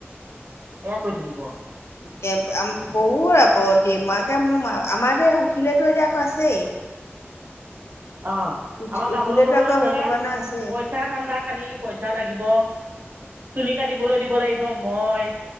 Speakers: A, on the right; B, on the left.
A: এয়া কৰি থাকিব।
B: কেম্প আম বহুৰাপ অ', দিমাকে মোৰ আমাৰ উঠিলেতো এতিয়া আকৌ আছেই।
A: অ',
B: উঠি
A: আমা কামলৈ
B: উঠিলেতো
A: নগলেও
B: আকৌ
A: সেয়া,
B: ভেকুৱানা আছেই
A: পইচা ধান্দা। খালী পইচা লাগিব, চুলি কাটিবলৈ দিব লাগিব মই